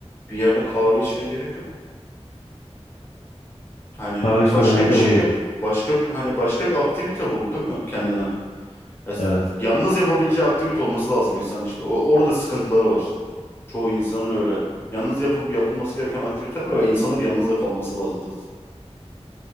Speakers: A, on the left; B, on the left.
A: bir yerde kahve içmeye gerek yok. Hani
B: Kahve
A: başka
B: içmeden
A: bir
B: de
A: şey
B: oluyor.
A: yap. Başka bir hani başka bir aktivite bul değil mi kendine? Ya s-
B: Evet.
A: yalnız yapabileceği aktivite olması lazım insan işte. O, orada sıkıntıları var. Çoğu insanın öyle. Yalnız yapıp yapılması gereken aktivite var ve insanların yalnız da kalması lazım zaten.